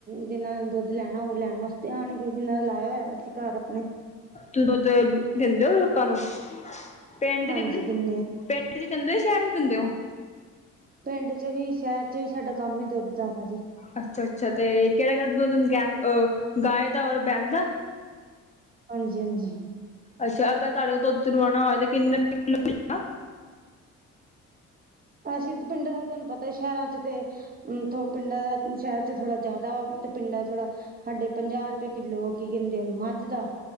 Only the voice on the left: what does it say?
ਤੁਸੀ ਦੁੱਧ ਦਿੰਦੇ ਹੋ ਲੋਕਾਂ ਨੂੰ ਪਿੰਡ
ਚ
ਪਿੰਡ ਚ ਦਿੰਦੇ ਹੋ ਸ਼ਹਿਰ ਚ ਦਿੰਦੇ ਹੋ।
ਅੱਛਾ, ਅੱਛਾ ਤੇ ਕਿਹੜਾ, ਕਿਹੜਾ ਗਾਏ ਦਾ ਔਰ ਬੈਸ ਦਾ।
ਅੱਛਾ ਅਗਰ ਤੁਹਾਡੇ ਕੋ ਦੁੱਧ ਲਵਾਉਣਾ ਹੋਵੇ ਤੇ ਕਿੰਨੇ ਕਿੰਨਾ ਕੁ